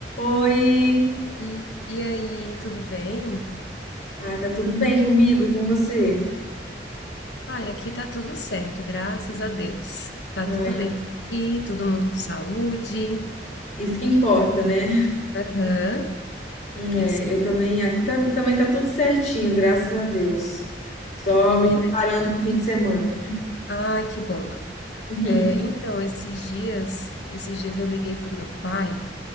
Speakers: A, on the left; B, on the left.
A: Oi!
B: E, e aí, tudo bem?
A: Ai, tá tudo bem comigo e com você?
B: Ai, aqui tá tudo certo, graças a Deus. Tá
A: Ai,
B: tudo bem por aqui, todo mundo com saúde.
A: isso que importa, né?
B: Aham,
A: É,
B: isso.
A: eu também, aqui tam- também tá tudo certinho, graças a Deus. Só
B: Menina,
A: me preparando
B: esse-
A: pro fim de semana.
B: ah, que bom.
A: <laughs>
B: É, então, esses dias, esses dias eu liguei pro meu pai.